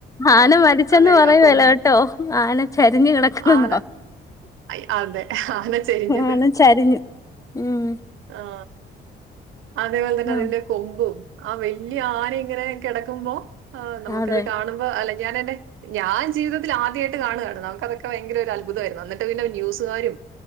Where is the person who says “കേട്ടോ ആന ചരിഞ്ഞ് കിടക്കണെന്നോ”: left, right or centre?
Left